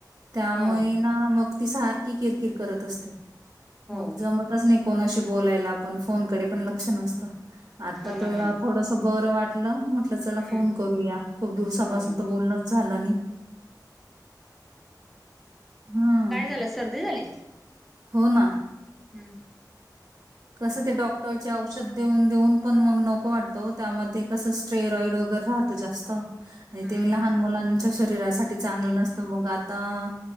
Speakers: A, on the right; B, in the centre.
A: त्यामुळे
B: हो
A: ना मग ती सारखी किरकिर करत असते
B: हो
A: मग जमतच नाही कोणाशी बोलायला आपण फोनकडे पण लक्ष नसतो आता
B: हो ना
A: तुला
B: हो ना
A: थोडस बरं वाटलं म्हटलं त्याला
B: हम्म
A: फोन करूया खूप दिवसापासून
B: हो
A: तर बोलणच झालं नाही हां.
B: काय झालं सर्दी झाली
A: हो ना
B: हम्म
A: कसं ते डॉक्टर औषध देऊन देऊन पण मग नको वाटतो त्यामध्ये कसं स्टेरॉइड वगैरे राहतं जास्त आणि
B: हम्म
A: ते लहान मुलांच्या शरीरासाठी चांगलं नसतं मग आ अ